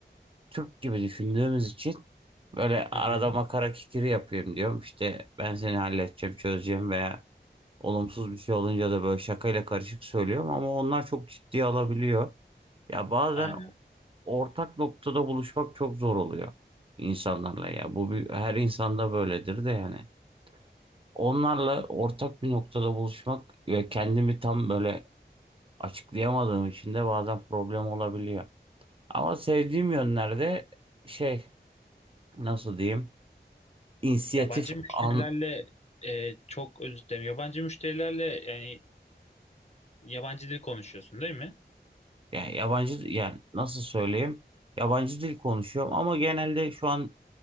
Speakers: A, on the right (about 30°); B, on the left (about 35°).
A: Türk gibi düşündüğümüz için böyle arada
B: hı.
A: makara kikiri yapayım diyorum. İşte ben seni halledeceğim, çözeceğim veya Olumsuz bir şey olunca da böyle şakayla karışık söylüyorum ama onlar çok ciddiye alabiliyor. Ya bazen
B: Aynen.
A: ortak noktada buluşmak çok zor oluyor insanlarla ya. Bu bir, her insanda böyledir de yani. Onlarla ortak bir noktada buluşmak ve kendimi tam böyle açıklayamadığım için de bazen problem olabiliyor. Ama sevdiğim yönlerde şey nasıl diyeyim inisiyatif
B: Yabancı müşterilerle
A: an
B: e, çok özür dilerim. Yabancı müşterilerle yani yabancı dil konuşuyorsun değil mi?
A: yani yabancı yani nasıl söyleyeyim yabancı dil konuşuyorum ama genelde şu an